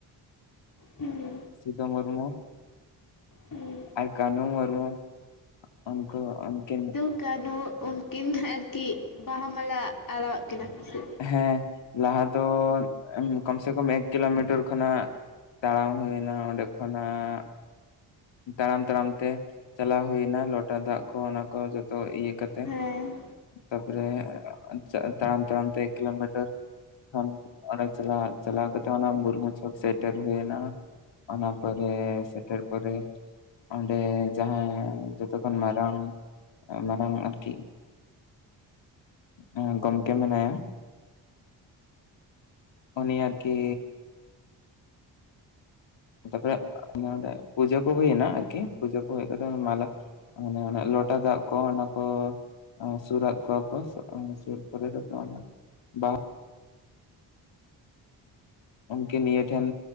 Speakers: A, on the left; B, on the left.
A: ᱦᱩᱸ,
B: ᱥᱤᱫᱚ ᱢᱩᱨᱢᱩ
A: ᱦᱩᱸ
B: ᱟᱨ ᱠᱟᱹᱱᱦᱩ ᱢᱩᱨᱢᱩ, ᱩᱱᱠᱩᱼᱩᱱᱠᱤᱱ
A: ᱠᱟᱱᱩ ᱩᱱᱠᱤᱱ ᱟᱨᱠᱤ, ᱵᱟᱦᱟ ᱢᱟᱞᱟ ᱟᱲᱟᱣᱼᱟᱜ ᱠᱤᱱᱟ ᱥᱮ?
B: ᱦᱮᱸ, ᱞᱟᱦᱟ ᱫᱚ ᱠᱚᱢ ᱥᱮ ᱠᱚᱢ ᱮᱠ ᱠᱤᱞᱳᱢᱤᱴᱟᱨ ᱠᱷᱚᱱᱟᱜ, ᱛᱟᱲᱟᱢ ᱦᱳᱭᱱᱟ, ᱚᱸᱰᱮ ᱠᱷᱚᱱᱟᱜ, ᱛᱟᱲᱟᱢ ᱛᱟᱲᱟᱢ ᱛᱮ, ᱪᱟᱞᱟᱣ ᱦᱳᱭᱱᱟ ᱞᱚᱴᱟ ᱞᱚᱴᱟ ᱫᱟᱜ ᱠᱚ, ᱚᱱᱟ ᱠᱚ ᱡᱚᱛᱚ ᱤᱭᱟᱹ ᱠᱟᱛᱮ,
A: ᱦᱮᱸ
B: ᱛᱟᱯᱚᱨᱮ, ᱥᱮ ᱛᱟᱲᱟᱢ ᱛᱟᱲᱟᱢ ᱛᱮ, ᱮᱠ ᱠᱤᱞᱳᱢᱤᱴᱟᱨ ᱚᱸᱰᱮ ᱠᱷᱚᱱ ᱪᱟᱞᱟᱣ-ᱪᱟᱞᱟᱣ ᱠᱟᱛᱮ, ᱚᱱᱟ ᱢᱩᱨᱢᱩ ᱪᱷᱚᱠ ᱥᱮᱴᱮᱨ ᱦᱳᱭᱮᱱᱟ ᱾ ᱚᱱᱟ ᱯᱚᱨᱮ ᱥᱮᱴᱮᱨ ᱯᱚᱨᱮ ᱚᱸᱰᱮ ᱡᱟᱦᱟᱸ, ᱡᱚᱛᱚ ᱠᱷᱚᱱ ᱢᱟᱨᱟᱝ, ᱢᱟᱨᱟᱝ ᱟᱨᱠᱤ ᱟᱸ ᱜᱚᱢᱠᱮ ᱢᱮᱱᱟᱭᱟ ᱾ ᱩᱱᱤ ᱟᱨᱠᱤ, ᱛᱟᱯᱚᱨᱮᱜ ᱱᱚᱸᱰᱮ ᱯᱩᱡᱟᱹ ᱠᱚ ᱦᱩᱭᱱᱟ ᱟᱨᱠᱤ ᱯᱩᱡᱟᱹ ᱠᱚ ᱦᱩᱭ ᱠᱟᱛᱮ ᱢᱟᱞᱟ, ᱱᱮ ᱚᱱᱮ ᱞᱚᱴᱟ ᱫᱟᱜ ᱠᱚ ᱚᱱᱟ ᱠᱚ <unintelligible> ᱵᱟᱦᱟ ᱩᱱᱠᱤᱱ ᱱᱤᱭᱟᱹ ᱴᱷᱮᱱ